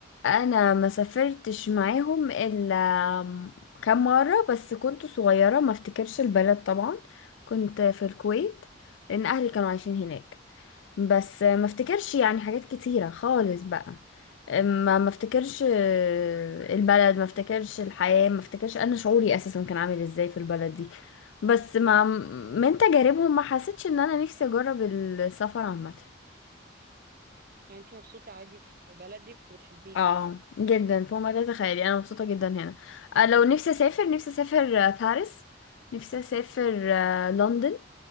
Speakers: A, on the left (about 70°); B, on the right (about 50°).
A: انا ما سافرتش معاهم الا كام مرة بس كنت صغيرة ما افتكرش البلد طبعا كنت في الكويت لان اهلي كانوا عايشين هناك بس ما
B: مم.
A: افتكرش يعني حاجات كتيرة خالص بقى ما ما افتكرش آه، البلد ما افتكرش الحياة ما افتكرش انا شعوري اساسا كان عامل ازاي في البلد دي بس ما من تجاربهم ما حسيتش ان انا نفسي اجرب السفر عامه
B: يعني انت مبسوطه عادي في بلدك وتحبيها
A: اه جدا فوق ما تتخيلي انا مبسوطه جدا هنا آه، لو نفسي اسافر نفسي اسافر آه، باريس نفسي اسافر آه، لندن